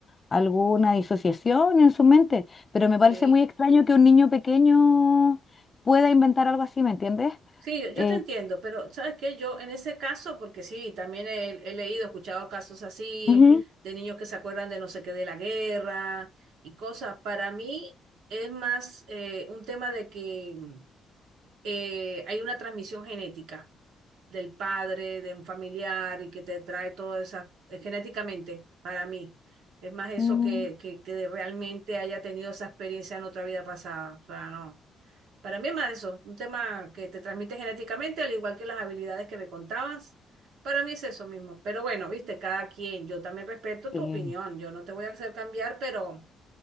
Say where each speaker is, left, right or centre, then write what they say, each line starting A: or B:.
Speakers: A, on the left; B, on the right.
A: alguna disociación en su mente, pero me
B: Sí.
A: parece muy extraño que un niño pequeño pueda inventar algo así, ¿me entiendes?
B: Sí, yo yo
A: Eh,
B: te entiendo, pero ¿sabes qué? Yo en ese caso, porque sí, también he, he leído, escuchado casos así,
A: ujú,
B: de niños que se acuerdan de no sé qué de la guerra y cosas. Para mí es más eh, un tema de que eh, hay una transmisión genética del padre, de un familiar y que te trae todo eso genéticamente, para mí. Es más eso
A: mm,
B: que, que, que realmente haya tenido esa experiencia en otra vida pasada. O sea, no. Para mí es más eso, un tema que te transmite genéticamente, al igual que las habilidades que me contabas. Para mí es eso mismo. Pero bueno, viste, cada quien, yo también respeto
A: eh,
B: tu opinión, yo no te voy a hacer cambiar, pero,